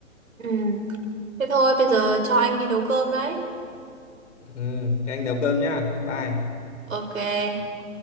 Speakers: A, on the right; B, on the left.
A: ừm. thế thôi bây giờ cho anh đi nấu cơm đấy
B: ừ, thế anh nấu cơm nhá bye
A: ok